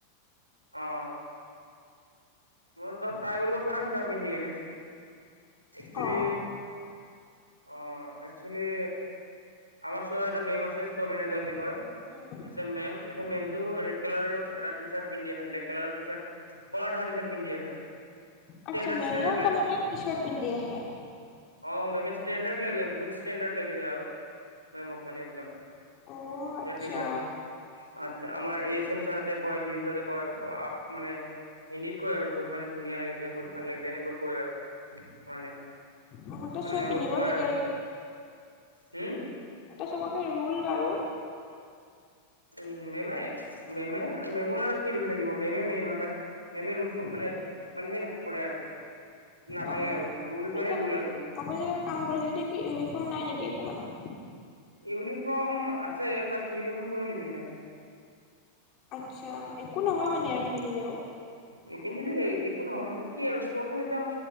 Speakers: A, on the right (about 85°); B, on the left (about 35°).
A: অ। অ তই ট্ৰাই কৰিব পৰা ভিতৰত পিন্ধি কেনে একচলি
B: অ
A: অ একচুৱেলি আমাৰ চ এটা মেম আছে ষ্ট মেজাৰ বুলি কয়
B: উম
A: আচ্ছা মেম, এ মেমটো ৰেডকালাৰ এটা টি চাৰ্ট পিন্ধি আহে, ব্লেক কালাৰ টি চাৰ্ট কাৰ থ টি চাৰ্ট পিন্ধি আহে এটা,
B: আচ্ছা
A: ষ্টেণ্ডাৰ্ড
B: মেমেও
A: ষ্টেণ্ডাৰ্ড লাগে
B: তাৰমানে
A: তে
B: টি চাৰ্ট পিন্ধি আহে
A: - অ মেমে ষ্টেণ্ডাৰ্ড লাগে, বহুত ষ্টেডাৰড লাগে আৰু মেমক মানে একদম।
B: অ আচ্ছা
A: টি চাৰ্ট আ আমাৰ এ এছ এম ছাৰহতে কয়, ডি এম চাৰে কয় মানে হিন্দীত কয়, বহুত মানে ধুনীয়া লাগিছে, বহুত ভাল লাগিছে এনেকৈ কয় আৰু। মানে
B: ইহঁতে
A: মানে
B: চব
A: মেমক
B: পিন্ধিব
A: কয়
B: লাগে
A: আৰু হম
B: এটা চবকে ৰোল আৰু।
A: উ মেমে মেমে মেমৰ আৰু কি ৰোল থাকিব, মেমে মেইন হয় বাত মেমে ৰোল মানে মানে সেই নকৰে আৰু। নাভাঙে
B: অ
A: আৰু ৰোল
B: আপুনি
A: মানে
B: এতিয়া
A: ৰোল আৰু
B: আপুনি যে কাম কৰিছে এতিয়া ইউনিফৰ্ম নাই নেকি? কি একো মানে।
A: ইউনিফৰ্ম আছে বাট ইউনিফৰ্ম কোনে নিপিন্ধে।
B: আচ্ছা, একো নহয়
A: অ
B: মানে আমি পিন্ধিলেও।
A: নিপিন্ধিলে একো নহয়, মানে কি আৰু ষ্ট'ৰ খন এতিয়া